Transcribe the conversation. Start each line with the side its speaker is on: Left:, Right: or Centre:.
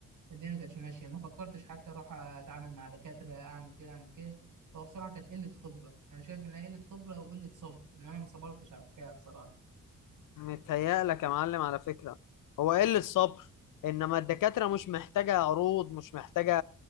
Right: الدنيا ما كانتش ماشيه ما فكرتش حتى اروح اتعامل مع دكاتره اعمل كده اعمل كده هو بصراحه كانت قله خبره انا شايف ان هي قله خبره وقله صبر ان انا ما صبرتش على الحكايه بصراحه
Left: متهيألك يا معلم على فكرة هو قلة الصبر إنما الدكاترة مش محتاجة عروض مش محتاجة